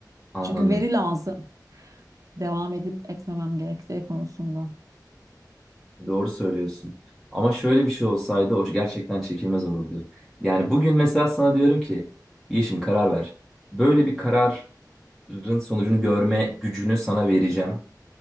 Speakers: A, in the centre; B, on the right.
A: anladım.
B: Çünkü veri lazım. Devam edip etmemem gerektiği konusunda.
A: Doğru söylüyorsun. Ama şöyle bir şey olsaydı o gerçekten çekilmez olurdu. Yani bugün mesela sana diyorum ki Yeşim karar ver. Böyle bir kararın sonucunu görme gücünü sana vereceğim.